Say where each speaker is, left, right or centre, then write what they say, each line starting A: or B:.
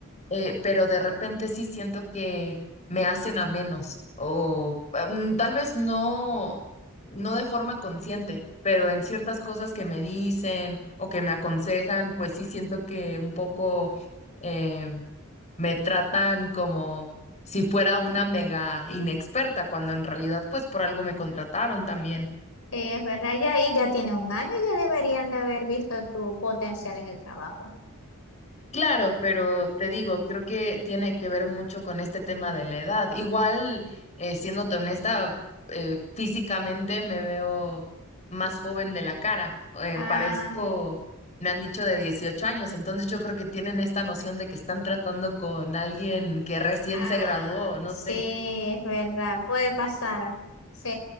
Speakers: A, on the left; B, on the left.
A: eh, pero de repente sí siento que me hacen a menos o mm, tal vez no, no de forma consciente, pero en ciertas cosas que me dicen o que me aconsejan, pues sí siento que un poco eh, me tratan como si fuera una mega inexperta, cuando en realidad pues por algo me contrataron también.
B: Sí, es verdad, ya ahí ya tiene un año, ya deberían de haber visto tu potencial en el trabajo.
A: Claro, pero te digo, creo que tiene que ver mucho con este tema de la edad. Igual, eh, siéndote honesta, eh, físicamente me veo más joven de la cara. Eh,
B: Ah,
A: parezco, me han dicho de 18 años, entonces yo creo que tienen esta noción de que están tratando con alguien que recién
B: ah,
A: se graduó, no
B: sí,
A: sé.
B: es verdad, puede pasar. Sí,